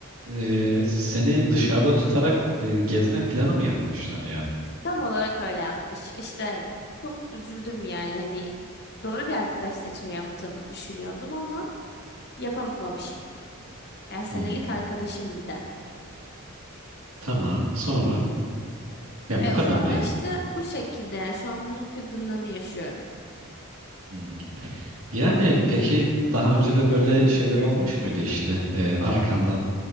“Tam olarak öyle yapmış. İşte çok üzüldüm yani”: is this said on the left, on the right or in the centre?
Left